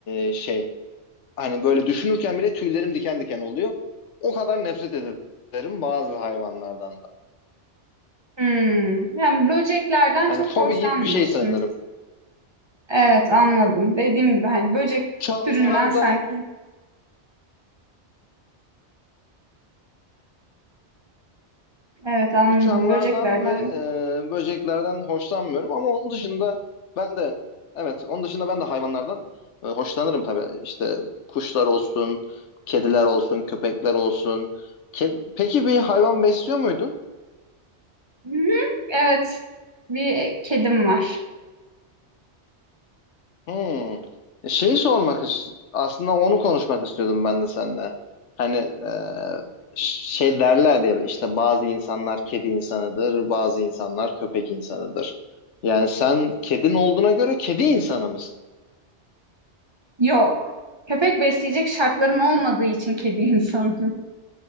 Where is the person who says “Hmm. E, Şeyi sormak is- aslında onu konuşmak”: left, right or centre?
Left